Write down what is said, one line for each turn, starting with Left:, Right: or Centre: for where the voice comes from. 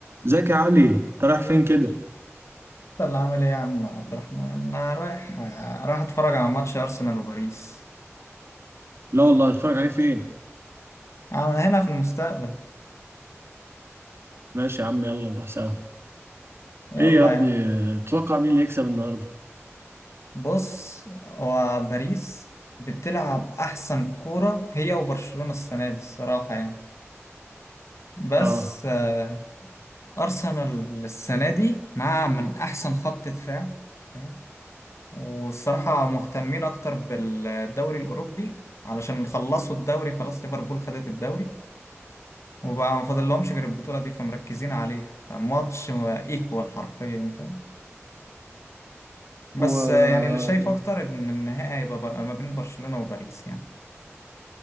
Right: ازيك يا علي انت رايح فين كده
Left: يلا عامل ايه يا عم عبد الرحمن انا رايح رايح اتفرج على ماتش ارسنال وباريس
Right: لا والله اتفرج عليه فين
Left: انا هنا في المستقبل
Right: ماشي يا عم يلا نروح سوا
Left: يلا
Right: ايه يا ابني
Left: يا عم
Right: تتوقع مين اللي يكسب النهارده
Left: بص هو باريس بتلعب احسن كورة هي وبرشلونة السنة دي الصراحة يعني بس
Right: اه
Left: آه، ارسنال السنة دي مع من احسن خط دفاع فاهم؟ والصراحة مهتمين اكتر بالدوري الاوروبي علشان خلصوا الدوري خلاص ليفربول خدت الدوري وبقى ما فاضلهمش غير البطولة دي فمركزين عليها فالماتش ايكوال حرفيا فاهم بس
Right: هو
Left: آه، يعني اللي شايف
Right: يعني
Left: أكتر إن النهائي هيبقى بقى ما بين برشلونة وباريس يعني